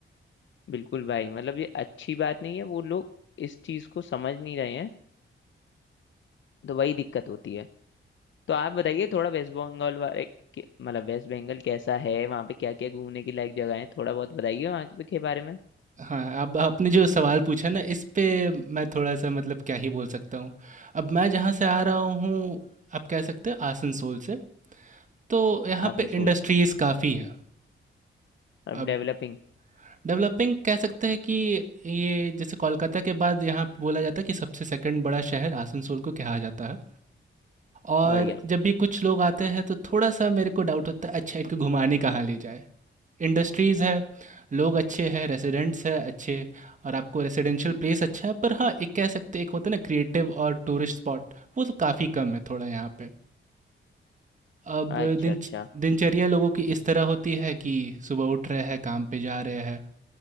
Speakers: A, on the left; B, on the right.
A: बिल्कुल भाई मतलब ये अच्छी बात नहीं है वो लोग इस चीज को समझ नहीं रहे हैं तो वही दिक्कत होती है तो आप बताइए थोड़ा वेस्ट बंगाल वाले के- मतलब वेस्ट बंगाल कैसा है वहाँ पे क्या क्या घूमने की लायक जगह है थोड़ा बहुत बताइए वहाँ के के बारे में
B: हाँ अब आपने जो सवाल पूछा ना इस पे मैं थोड़ा सा मतलब क्या ही बोल सकता हूँ अब मैं जहाँ से आ रहा हूँ आप कह सकते हैं आसनसोल से तो यहाँ
A: आसनसोल
B: पे इंडस्ट्रीज़ काफ़ी है
A: अब
B: अब
A: डेवलपिंग
B: डेवलपिंग कह सकते हैं कि ये जैसे कोलकाता के बाद यहाँ पे बोला जाता है कि सबसे सेकंड बड़ा शहर आसनसोल को कहा जाता है और
A: बढ़िया
B: जब भी कुछ लोग आते हैं तो थोड़ा सा मेरे को डाउट होता है अच्छा इनको घुमाने कहाँ ले जाए इंडस्ट्रीज़ है लोग अच्छे हैं रेसिडेंट्स है अच्छे और आपको रेसिडेंशियल प्लेस अच्छा है पर हाँ एक कह सकते एक होता है ना क्रिएटिव और टूरिस्ट स्पॉट वो तो काफ़ी कम है थोड़ा यहाँ पे अब
A: अच्छा
B: दिन
A: अच्छा
B: दिनचर्या लोगों की इस तरह होती है कि सुबह उठ रहे हैं काम पे जा रहे हैं